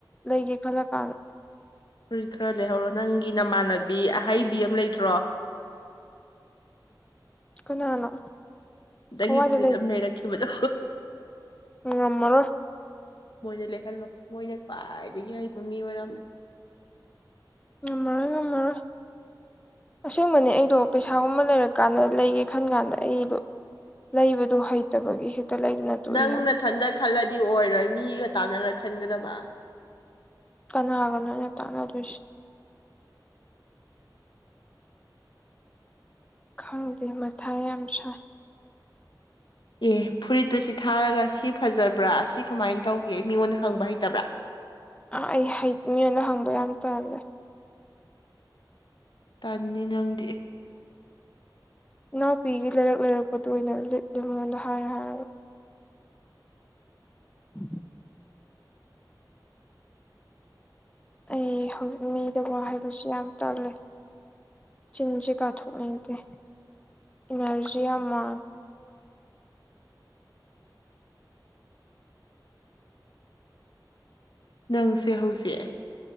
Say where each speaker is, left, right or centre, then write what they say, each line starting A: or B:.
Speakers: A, on the left (about 15°); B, on the left (about 70°).
A: ꯂꯩꯒꯦ ꯈꯜꯂ ꯀꯥꯟꯗ
B: ꯐꯨꯔꯤꯠ ꯈꯔ ꯂꯩꯍꯧꯔꯣ ꯅꯪꯒꯤ ꯅꯃꯥꯟꯅꯕꯤ ꯑꯍꯩꯕꯤ ꯑꯃ ꯂꯩꯇ꯭ꯔꯣ
A: ꯀꯅꯥꯅꯣ
B: ꯈꯤꯇꯪꯒꯤ
A: ꯀꯋꯥꯏꯗ
B: ꯐꯨꯔꯤꯠ ꯑꯃ ꯂꯩꯔꯛꯈꯤꯕꯗꯣ
A: ꯉꯝꯃꯔꯣꯢ
B: ꯃꯣꯏꯗ ꯂꯦꯛꯍꯜꯂꯣ ꯃꯣꯏꯅ ꯈ꯭ꯋꯥꯏꯗꯒꯤ ꯍꯩꯕ ꯃꯤ ꯑꯣꯏꯝꯅ
A: ꯉꯝꯃꯔꯣꯏ ꯉꯝꯃꯔꯣꯏ ꯑꯁꯦꯡꯕꯅꯦ ꯑꯩꯗꯣ ꯄꯩꯁꯥꯒꯨꯝꯕ ꯂꯩꯔꯀꯥꯟꯗ ꯂꯩꯒꯦ ꯈꯟ ꯀꯥꯟꯗ ꯑꯩꯗꯣ ꯂꯩꯕꯗꯨꯣ ꯍꯩꯇꯕꯒꯤ ꯍꯦꯛꯇ ꯂꯩꯗꯅ ꯇꯣꯛꯏ
B: ꯅꯪ
A: ꯍꯥꯏꯕ
B: ꯃꯊꯟꯗ ꯈꯜꯂꯗꯤ ꯑꯣꯏꯔꯣꯏ ꯃꯤꯒ ꯇꯥꯟꯅꯔ ꯈꯟꯒꯗꯕ
A: ꯀꯅꯥꯒꯅꯣꯅꯦ ꯇꯥꯟꯅꯗꯣꯏꯁꯤ ꯈꯪꯗꯦ ꯃꯊꯥ ꯌꯥꯝ ꯁꯥꯏ
B: ꯑꯦ ꯐꯨꯔꯤꯠꯇꯨ ꯁꯤ ꯊꯥꯔꯒ ꯁꯤ ꯐꯖꯕ꯭ꯔꯥ ꯁꯤ ꯀꯃꯥꯏꯅ ꯇꯧꯒꯦ ꯃꯤꯉꯣꯟꯗ ꯍꯪꯕ ꯍꯩꯇꯕ꯭ꯔꯥ
A: ꯑꯩ ꯃꯤꯉꯣꯟꯗ ꯍꯪꯕ ꯌꯥꯝ ꯇꯜꯂꯦ
B: ꯇꯟꯅꯤ ꯅꯪꯗꯤ
A: ꯏꯅꯥꯎꯄꯤꯒꯤ ꯂꯩꯔꯛ ꯂꯩꯔꯛꯄꯗꯨ ꯑꯣꯏꯅ ꯂꯤꯠꯂꯤ ꯃꯉꯣꯟꯗ ꯍꯥꯏꯔꯦ ꯍꯥꯏꯔꯒ ꯏꯟꯑꯣꯗꯤꯕꯜ ꯑꯩ ꯍꯧꯖꯤꯛ ꯃꯤꯗ ꯋꯥ ꯍꯥꯏꯕꯁꯤ ꯌꯥꯝ ꯇꯟꯂꯦ ꯆꯤꯟꯁꯦ ꯀꯥꯊꯣꯛꯅꯤꯡꯗꯦ ꯏꯅꯔꯖꯤ ꯌꯥꯝ ꯃꯥꯡꯉꯤ
B: ꯅꯪꯁꯦ ꯍꯧꯖꯤꯛ